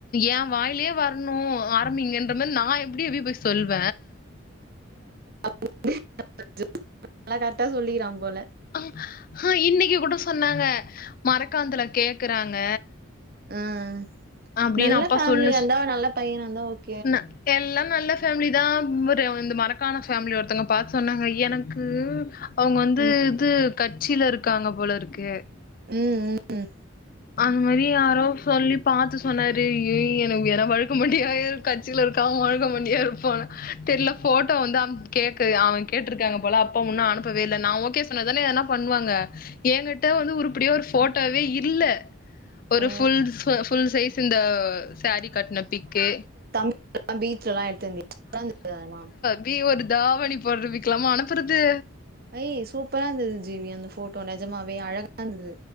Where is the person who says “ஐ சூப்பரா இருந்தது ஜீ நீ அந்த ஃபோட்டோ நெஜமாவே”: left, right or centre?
Right